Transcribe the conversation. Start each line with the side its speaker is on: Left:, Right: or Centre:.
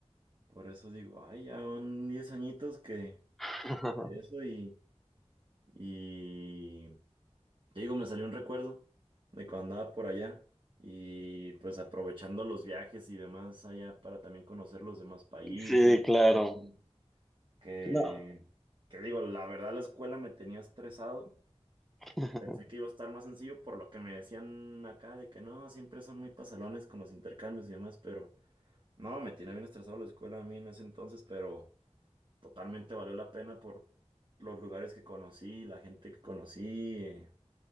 Right: Por eso digo, ay, ya son 10 añitos que
Centre: <laughs>
Right: de eso y, y te digo, me salió un recuerdo de cuando andaba por allá y pues aprovechando los viajes y demás allá para también conocer los demás países,
Centre: Sí, claro.
Right: etcétera. Que,
Centre: No.
Right: que digo, la verdad la escuela me tenía estresado.
Centre: <laughs>
Right: Pensé que iba a estar más sencillo por lo que me decían acá de que no, siempre son muy pasalones con los intercambios y demás, pero... No, me tiene bien estresado la escuela a mí en ese entonces, pero totalmente valió la pena por los lugares que conocí, la gente que conocí, eh,